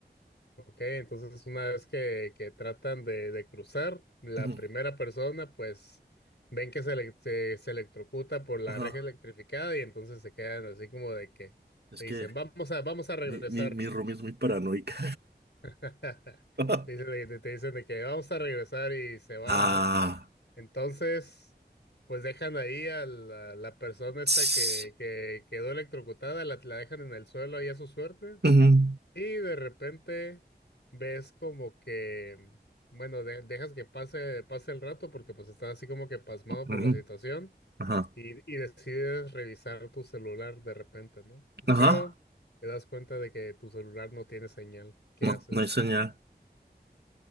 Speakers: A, on the left; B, on the right.
A: ok. Entonces, una vez que, que tratan de, de cruzar, la
B: Ujú.
A: primera persona, pues, ven que se, ele- se, se electrocuta por la
B: Ajá.
A: reja electrificada y entonces se quedan así como de que
B: Es
A: te
B: que
A: dicen, vamos a, vamos a regresar.
B: mi, mi, mi roomie es muy paranoica.
A: <laughs>
B: <laughs>
A: Te dicen, de- te dicen de que vamos a regresar y se van,
B: Ah.
A: ¿no? Entonces, pues dejan ahí a la, la persona esta
B: tss.
A: que, que quedó electrocutada, la, la dejan en el suelo ahí a su suerte.
B: Ujú.
A: Y de repente ves como que, bueno, de- dejas que pase, pase el rato porque pues estás así como que pasmado por
B: Ujú.
A: la situación
B: Ajá.
A: y, y decides revisar tu celular de repente, ¿no?
B: Ajá.
A: Pero te das cuenta de que tu celular no tiene señal. ¿Qué
B: No,
A: haces?
B: no hay señal.